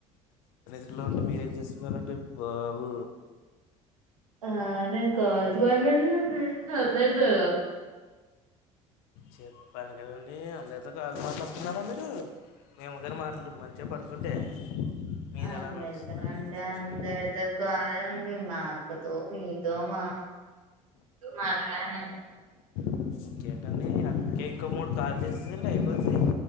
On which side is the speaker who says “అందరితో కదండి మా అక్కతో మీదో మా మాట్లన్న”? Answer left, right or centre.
Right